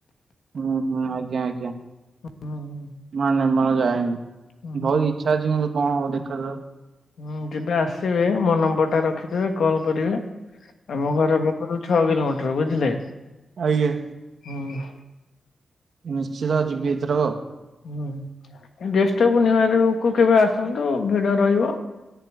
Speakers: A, on the right; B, on the left.
A: ହୁଁ ହୁଁ ଆଜ୍ଞା ଆଜ୍ଞା।
B: ହୁଁ ହୁଁ
A: ନା ନିର୍ମାଳ ଯାଏନି
B: ହୁଁ ହୁଁ।
A: ବହୁତ ଇଚ୍ଛା ଅଛି କିନ୍ତୁ କଣ ହବ ଦେଖା
B: ହୁଁ ଯିବେ ଆସିବେ ମୋ ନମ୍ବର ଟା ରଖିଦବେେ କଲ୍ କରିବେ ଆମ ଘର ପାଖ ଛଅ କିଲୋମିଟର ବୁଝିଲେ।
A: ଆଜ୍ଞା।
B: ହୁଁ।
A: ନିଶ୍ଚିତ ଯିବି ଏଥିରେକୁ ଆଉ।
B: ହୁଁ ଜେଷ୍ଟ ପୁର୍ଣିମା ରେ କୁ କେବେ ଆସନ୍ତୁ ଭିଡ ରହିବ